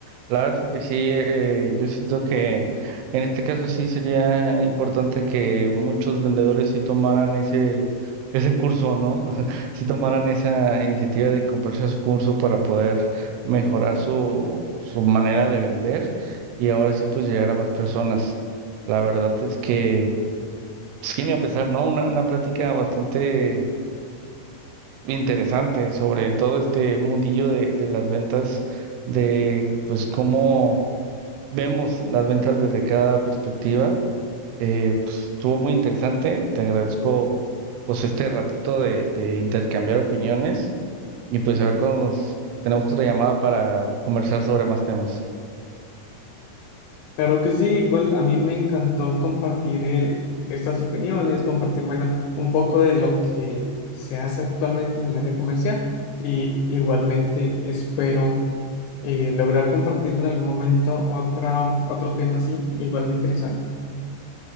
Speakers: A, on the right; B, on the left.
A: La verdad es que sí, eh, yo siento que en este caso sí sería importante que muchos vendedores sí tomaran ese, ese curso, ¿no? <laughs> Sí tomaran esa iniciativa de comprarse su curso para poder mejorar su, su manera de vender y ahora sí pues llegar a más personas. La verdad es que, pues, quién iba a pensar, ¿no? Una, una plática bastante interesante sobre todo este mundillo de, de las ventas, de pues cómo vemos las ventas desde cada perspectiva. Eh, pues, estuvo muy interesante. Te agradezco pues este ratito de, de intercambiar opiniones y pues a ver cuando nos tenemos otra llamada para conversar sobre más temas.
B: Claro que sí, igual a mí me encantó compartir eh, estas opiniones, compartir, bueno, un poco de lo que se hace actualmente en el área comercial y igualmente espero eh, lograr compartir en algún momento otra, otro tema así, igual de interesante.